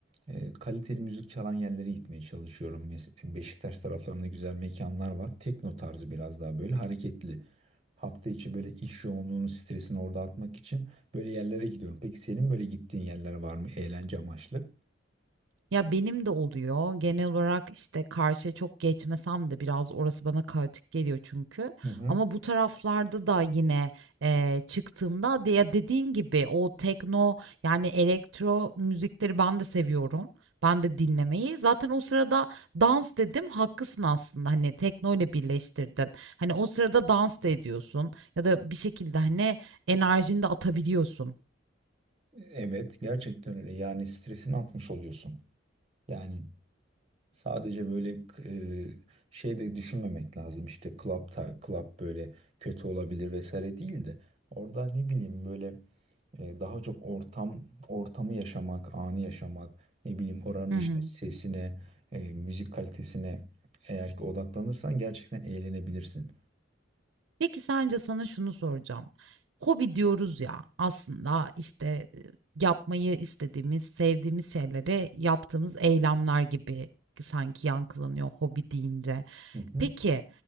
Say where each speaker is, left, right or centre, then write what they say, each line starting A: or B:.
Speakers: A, on the right; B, on the right.
A: e, kaliteli müzik çalan yerlere gitmeye çalışıyorum. Mes- Beşiktaş taraflarında güzel mekanlar var. Tekno tarzı biraz daha böyle hareketli. Hafta içi böyle iş yoğunluğunun stresini orada atmak için böyle yerlere gidiyorum. Peki senin böyle gittiğin yerler var mı eğlence amaçlı?
B: Ya benim de oluyor. Genel olarak işte karşıya çok geçmesem de biraz orası bana kaotik geliyor çünkü.
A: Hı hı.
B: Ama bu taraflarda da yine eee, çıktığımda de- ya dediğin gibi o tekno yani elektro müzikleri ben de seviyorum. Ben de dinlemeyi. Zaten o sırada dans dedim. Haklısın aslında. Hani tekno ile birleştirdin. Hani o sırada dans da ediyorsun ya da bir şekilde hani enerjini de atabiliyorsun.
A: Evet, gerçekten öyle. Yani stresini atmış oluyorsun. Yani Sadece böyle e, şey de düşünmemek lazım işte club, ta, club böyle kötü olabilir vesaire değil de orada ne bileyim böyle e, daha çok ortam ortamı yaşamak, anı yaşamak ne bileyim oranın
B: Hı hı.
A: işte sesine, e, müzik kalitesine eğer ki odaklanırsan gerçekten eğlenebilirsin.
B: Peki sence sana şunu soracağım. Hobi diyoruz ya aslında işte e, yapmayı istediğimiz, sevdiğimiz şeyleri yaptığımız eylemler gibi sanki yankılanıyor hobi deyince.
A: Hı hı.
B: Peki